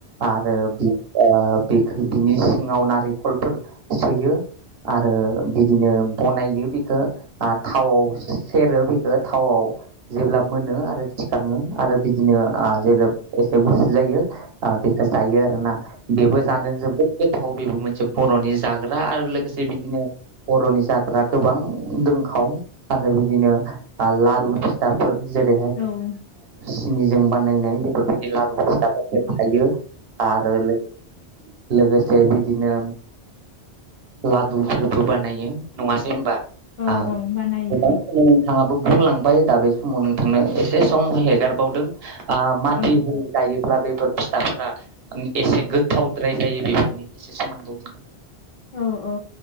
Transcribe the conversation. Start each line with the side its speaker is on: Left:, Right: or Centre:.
Right: आरो बे ओ बिखो बिनि सिङाव नारेंखलफोर सोयो आरो बिदिनो बनायो बेखौ थावआव सेरो बेखौ थावआव जेब्ला मोनो आ रो थिखाङो आरो बिदिनो ओ जेब्ला एसे गुसु जायो ओ बेखौ जायो आरोना बेबो जानो जोबोद गोथाव बेबो मोनसे बर'नि जाग्रा आरो लोगोसे बिदिनो बर'नि जा जाग्रा गोबां दोंखाव आरो बिदिनो ओ लारु फिथाफोर जेरै
Left: औ।
Right: नि जों बानायनाय बेफोरबायदि जिलार अफिस <inaudible> थायो आरो लोगोसे लोगोसे बिदिनो लादुफोरबो बानायो नङासै होमबा
Left: औ
Right: आ
Left: औ बानायो
Right: गोबां नोंथाङाबो बुंलांबाय दा बे समाव नोंथांनो एसे सम होहैगारबावदों ओ मादि
Left: औ
Right: हो गायोब्ला बेफोर थाफोरा एसे गोथावद्राय जायो बेफोरनि एसे सोमोन्दै
Left: औ औ